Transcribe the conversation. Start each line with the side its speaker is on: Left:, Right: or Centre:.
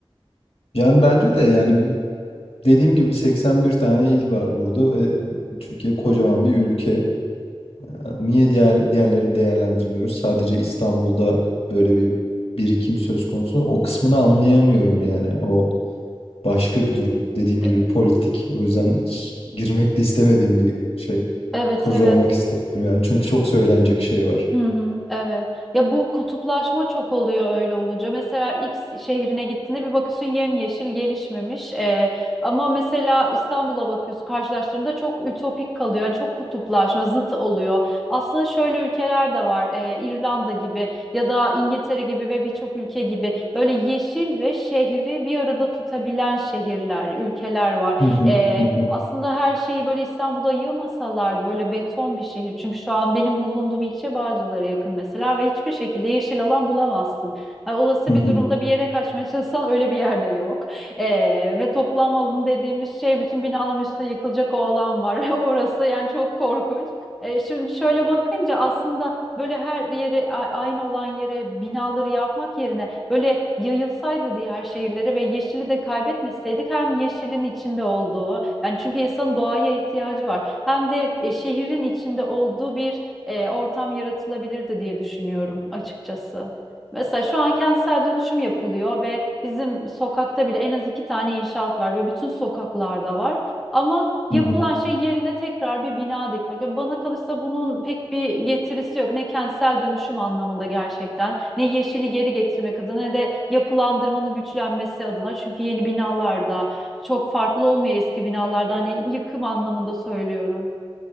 Left: Yani bence de yani dediğim gibi 81 tane il var burada ve Türkiye kocaman bir ülke. Ee, Niye diğer diğerlerini değerlendirmiyoruz? Sadece İstanbul'da böyle bir birikim söz konusu. O kısmını anlayamıyorum yani. O Başka bir durum. Dediğim
Centre: E,
Left: gibi politik. O yüzden hiç girmek de istemediğim bir şey.
Centre: Evet
Left: Kurcalamak
Centre: evet.
Left: istemiyorum yani. Çünkü çok söylenecek şey var.
Centre: Hı hı, evet. Ya bu kutuplaşma çok oluyor öyle olunca. Mesela X şehrine gittiğinde bir bakıyorsun yemyeşil gelişmemiş. Ee, ama mesela İstanbul'a bakıyorsun karşılaştığında çok ütopik kalıyor. Yani çok kutuplaşma, zıt oluyor. Aslında şöyle ülkeler de var. Ee, İrlanda gibi ya da İngiltere gibi ve birçok ülke gibi böyle yeşil ve şehri bir arada tutabilen şehirler, ülkeler var.
Left: Hı hı,
Centre: Ee,
Left: hı hı,
Centre: aslında her şeyi böyle İstanbul'a yığmasalardı böyle beton bir şehir. Çünkü şu an benim bulunduğum ilçe Bağcılar'a yakın mesela ve hiçbir şekilde yeşil alan bulamazsın. Ha, olası
Left: hı hı,
Centre: bir durumda bir yere kaçmaya <laughs> çalışsan öyle bir yerde yok. Ee, ve toplanma alanı dediğimiz şey bütün binaların üstüne yıkılacak o alan var. <laughs> Orası yani çok korkunç. Ee, şimdi şöyle bakınca aslında böyle her yere a- aynı olan yere binaları yapmak yerine böyle yayılsaydı diğer şehirlere ve yeşili de kaybetmeseydik hem yeşilin içinde olduğu yani çünkü insanın doğaya ihtiyacı var hem de e, şehrin içinde olduğu bir e, ortam yaratılabilirdi diye düşünüyorum açıkçası. Mesela şu an kentsel dönüşüm yapılıyor ve bizim sokakta bile en az iki tane inşaat var ve bütün sokaklarda var. Ama yapılan
Left: hı hı,
Centre: şey yerine tekrar bir bina dikmek. Yani bana kalırsa bunun pek bir getirisi yok. Ne kentsel dönüşüm anlamında gerçekten, ne yeşili geri getirmek adına, ne de yapılandırmanın güçlenmesi adına. Çünkü yeni binalarda çok farklı olmuyor eski binalardan. Hani yıkım anlamında söylüyorum.